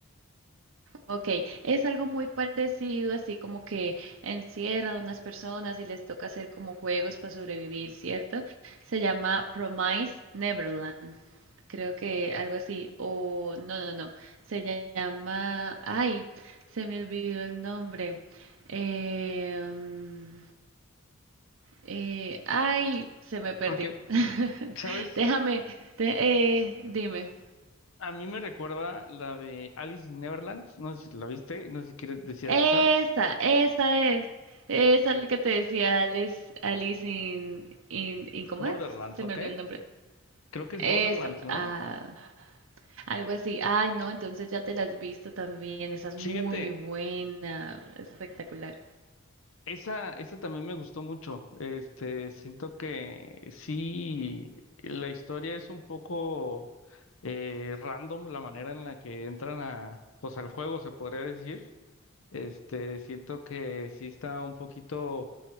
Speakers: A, on the right; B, on the left.
A: Ok, es algo muy parecido, así como que encierran a unas personas y les toca hacer como juegos para sobrevivir, ¿cierto? Se llama Promise Neverland. creo que algo así, o no, no, no, se llama, ay, se me olvidó el nombre, Em, eh, ay, se me perdió,
B: Porque,
A: <laughs>
B: ¿sabes?
A: déjame, de- eh, dime,
B: A mí me recuerda la de Alice in Neverland, no sé si la viste, no sé si quieres decías
A: esa,
B: esa.
A: esa es, esa es la que te decía Alice, Alice in, in, in- ¿cómo
B: Borderlands,
A: es? Se
B: ¿ok?
A: me olvidó el nombre,
B: Creo que es
A: eso,
B: Borderlands, ¿no?
A: ah, Algo así. Ay, no, entonces ya te la has visto también. Esa es muy
B: Fíjate,
A: buena. Espectacular.
B: Esa, esa también me gustó mucho. Este, siento que sí, la historia es un poco eh, random, la manera en la que entran a, pues al juego, se podría decir. Este, siento que sí está un poquito